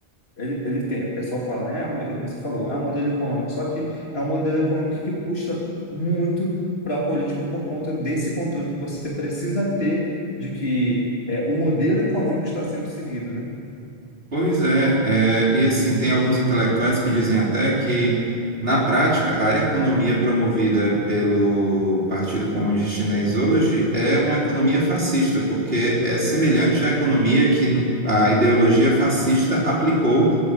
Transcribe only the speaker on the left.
ele, ele tem, o pessoal fala, né? É um modelo, como você falou, é um modelo econômico, só que é um modelo econômico que puxa muito para a política por conta desse controle que você precisa ter de que é, o modelo econômico está sendo seguido, né?